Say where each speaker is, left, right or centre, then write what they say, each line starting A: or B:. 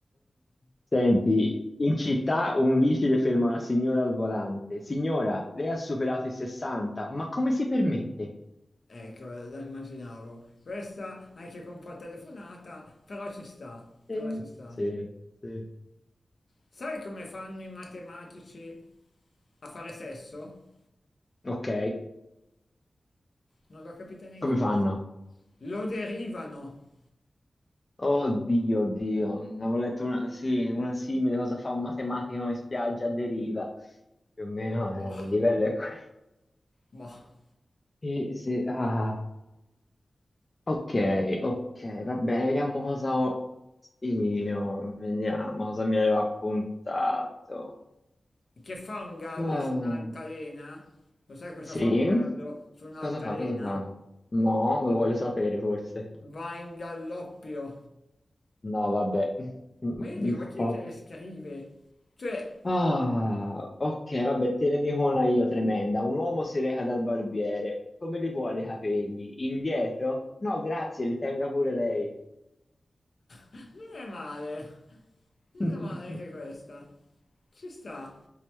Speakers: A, on the left; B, on the left.
A: Senti, in città un vigile ferma una signora al volante. Signora, lei ha superato i 60, ma come si permette?
B: ecco, lo immaginavo. Questa anche con un po' telefonata, però ci sta, però
A: Sì,
B: ci sta.
A: sì, sì.
B: Sai come fanno i matematici a fare sesso?
A: Ok,
B: Non l'ho capita neanche
A: come
B: io
A: fanno?
B: questa. Lo derivano.
A: Oddio, oddio, ne avevo letto una, sì, una simile, cosa fa un matematico in spiaggia a deriva. Più o meno
B: Bah,
A: eh, il livello è quello.
B: bah.
A: Sì, sì, ah, ok, ok, va bene, vediamo cosa ho io, vediamo cosa mi avevo appuntato.
B: Che fa un gallo
A: Eh,
B: su un'altalena? Lo sai cosa
A: sì?
B: fa un gallo su un'altalena?
A: Cosa fa? Cosa fa? No, non lo voglio sapere forse.
B: Va in galloppio.
A: No, vabbè. <laughs> No,
B: Ma io dico, ma chi
A: vabbè.
B: è che le scrive? Cioè,
A: Ah, ok, vabbè, te ne dico una io tremenda. Un uomo si reca dal barbiere. Come li vuole i capelli? Indietro? No, grazie, li tenga pure lei.
B: non è male. Non
A: <laughs>
B: è male anche questa. Ci sta.